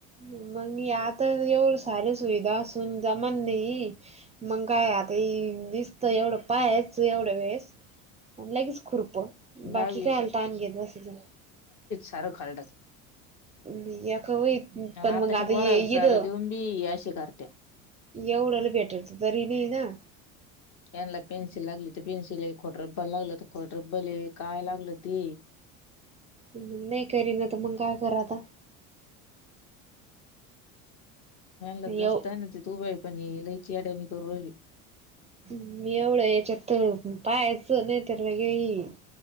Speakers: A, on the right; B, on the left.
A: होम. मग आता एवढ सार सुविधा असून जमा नाही मग काय आता दिसत एवढं पायाच एवढं वेळेस लगेच खुरप
B: दहावी
A: बाकी काय आलता आण घेत बसच.
B: सारा खालडस.
A: भयाख पण
B: आताच्या
A: मंगते
B: पोराला
A: येेत.
B: सारं देऊन बी अशी करत्या
A: एवढंला भेटरच तरी नाही ना.
B: यांना पेन्सिल लागली तर पेनसिल ये खोटं रब्बल लागलं तर खोटं रब्बल हे काय लागलं ते हे.
A: ह नाही करीना तर मग काय करा आता.
B: ला
A: येव
B: घसत ना त त उभ आहे पण लयची आड्यानी करू राहिली.
A: मी एवढं याच्यात तर पाहाचं नाही तर वगर.